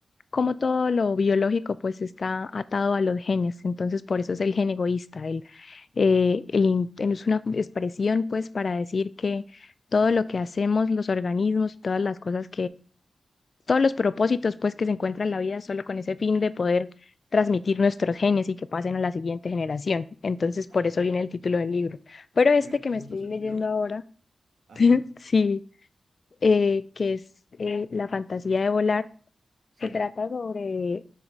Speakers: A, on the left (about 55°); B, on the right (about 75°).
A: cómo todo lo biológico pues está atado a los genes. Entonces por eso es el gen egoísta. El, eh, el in- es una expresión pues para decir que todo lo que hacemos, los organismos y todas las cosas todos los propósitos pues que se encuentra en la vida solo con ese fin de poder transmitir nuestros genes y que pasen a la siguiente generación. Entonces, por
B: Ah,
A: eso viene el título del libro. Pero este
B: tiene, tiene
A: que me
B: mucho
A: estoy
B: sentido.
A: leyendo ahora,
B: Ajá,
A: <laughs> sí, eh, que es eh, La fantasía de volar,
B: sí,
A: se trata sobre,